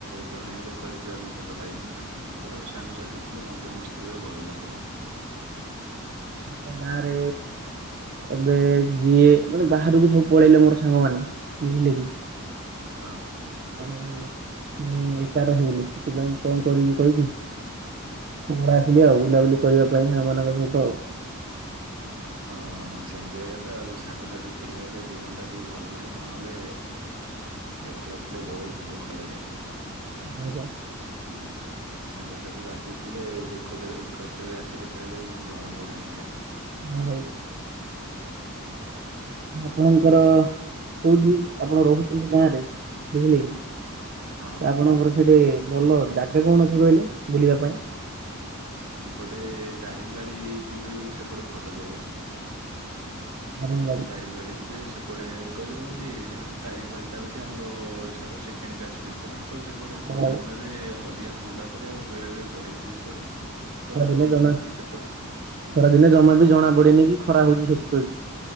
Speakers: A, on the right; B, on the right.
A: ଜଣେ ଏକା କୁଆଡେ ଯିବାକୁ ଭଲ ଲାଗେନି ନା ତ ସାଙ୍ଗସାଥି ଥିଲେ ମଜାମସ୍ତି ହୁଏ। ତ ଭଲ ଲାଗେ।
B: <unintelligible> ତ ଗାଁରେ ଏବେ ଇଏ ମାନେ ବାହାରକୁ ସବୁ ପଳେଇଲେ ମୋର ସାଙ୍ଗମାନେ ବୁଝିଲେ କି।
A: ହଁ।
B: ଆଉ ମୁଁ ଏକା ରହିଗଲି ସେଥିପାଇଁ କଣ କରିବି କହିବି କୁହୁଳା ଆସିଲି ଆଉ ବୁଲାବୁଲି କରିବା ପାଇଁ ସାଙ୍ଗ ମାନଙ୍କ ସହିତ ଆଉ।
A: ହଁ। ହଁ ସେମିତି ଏକା ତ ଆଉ ସାଙ୍ଗସାଥି ଥିଲେ ଏକା ଜୀବନ ଟା ଟିକେ ଭଲ ଲାଗେ। ନହେଲେ ଏକଲା ଥିଲେ ବହୁତ ଦୁଃଖ ଲାଗେ।
B: <unintelligible>
A: ସାଙ୍ଗସାଥି ପାଖରେ ଥିଲେ ଦୁଃଖ କେ-କେତେବେଳେ ଆସେ କେତେବେଳେ ଯାଏ କିଛି ଜଣା ପଡିନି ଆଜ୍ଞା।
B: ହଁ ଭାଇ। ଆପଣଙ୍କର କୋଉଠି ଆପଣ ରହୁଚନ୍ତି ଗାଁରେ? ବୁଝିଲେ କି ଏ
A: ହଁ ହଁ
B: ଆପଣଙ୍କର ଘର ସେଠି ଭଲ ଜାଗା କଣ ଅଛି କହିଲେ ବୁଲିବା ପାଇଁ?
A: ଆମ ପଟେ ଦାରିଙ୍ଗବାଡି ଯିବେ ବଲେ ସେପଟ ଭଲ ଜାଗା।
B: ହଁ ଭାଇ,
A: ଦାରିଙ୍ଗବାଡ଼ି ଯିବେ। ସେ ସେପଟେ ଏ କହିଲେ କଣ କି ଦାରିଙ୍ଗବାଡ଼ିଟା ହଉଚି ଆମର ଓଡ଼ିଶାର ସେକେଣ୍ଡ କାଶ୍ମୀରଟା। ତ ସେପଟେ
B: ହଁ
A: ଥଣ୍ଡା
B: ଭାଇ,
A: ଦିନରେ ଅଧିକା ଥଣ୍ଡା ପଡ଼େ ଆଉ ବେଳେବେଳେ ବରଫ ବି ପଡ଼େ। ତ
B: ଖରା ଦିନେ ଜମା,
A: ଯଦି ସେପଟ
B: ଖରା ଦିନେ ଜମା ବି ଜଣା ପଡେନି କି ଖରା ହଉଚି ସେଠି କହିକି।